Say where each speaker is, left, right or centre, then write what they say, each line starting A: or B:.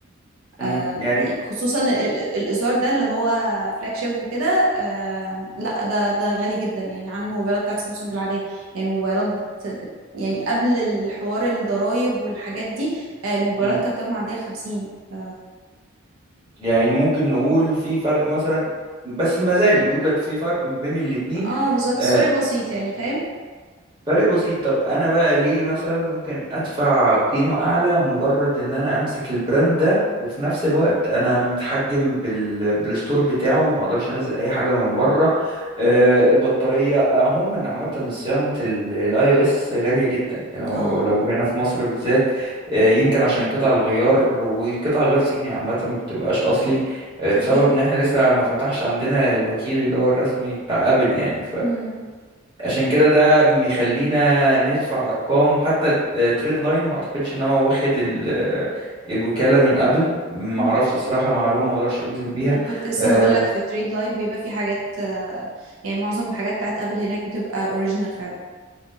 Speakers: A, on the right; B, on the right.
A: مم،
B: آم،
A: يعني
B: يعني خصوصا ال- ال- الازار ده اللي هو فلاج شيب وكده آم، لا ده ده غالي جدا يعني عن الموبايلات بتاعت سامسونج العاديه يعني الموبايلات بت بت يعني قبل الحوار الضرايب والحاجات دي آه، الموبايلات
A: مم،
B: كانت بتبقى معديه ال 50 ف-
A: يعني ممكن نقول في فرق مثلا بس ما زال يوجد في فرق ما بين الاتنين
B: اه بالظبط
A: آه،
B: بس فرق بسيط يعني فاهم
A: فرق بسيط طب انا بقى ليه مثلا ممكن ادفع قيمة اعلى مجرد ان انا امسك البراند ده وفي نفس الوقت انا متحجم بال... بالستور بتاعه وما اقدرش انزل اي حاجة من بره آه البطارية آه، عموما عامة صيانة الاي او اس غالية جدا لو
B: اه
A: لو هنا في مصر بالذات آه يمكن عشان قطع الغيار وقطع غير صيني عامة ما بتبقاش اصلي آه بسبب
B: اكيد
A: ان احنا لسه ما فتحش عندنا الوكيل اللي هو الرسمي بتاع ابل يعني
B: امم
A: عشان كده ده بيخلينا ندفع ارقام حتى تريد لاين ما اعتقدش ان هو واخد ال- الوكاله من ابل ما
B: امم
A: اعرفش الصراحه معلومه ما اقدرش اجزم بيها
B: انا كنت لسه
A: آه،
B: هقول لك في تريد لاين بيبقى في حاجات آه، يعني معظم الحاجات بتاعت ابل هناك بتبقى اوريجينال فعلا